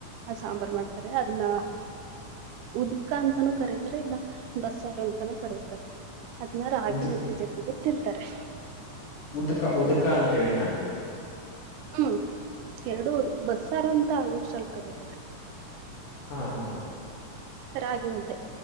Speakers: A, on the right; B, on the left.
A: ಆ ಸಾಂಬಾರ್ ಮಾಡ್ತಾರೆ ಅದ್ನ್ನ ಉದ್ಕ ಅಂತನೂ ಕರೀತಾರೆ ಇಲ್ಲ ಬಸ್ಸಾರ ಅಂತಾನೂ ಕರತಾರೆ ಅದನಾರ ಆಾಗಿಿ
B: ಉದ್
A: ಮುದ್ದೆ ಜೊ ತಿಂತಾರೆ
B: ಉದ್ಕ ಉದ್ಕ ಅಂತೇಳಿನ
A: ಹ್ಮ್ ಎರಡು ಬಸ್ಸಾರು ಅಂತ ಆಲ್ಮೋಸ್ಟ್ ಅಲ್ ಕರಾರೆ
B: ಹಾ ಹಾ ಹಾ
A: ರಾಗಿ ಮುದ್ದೆ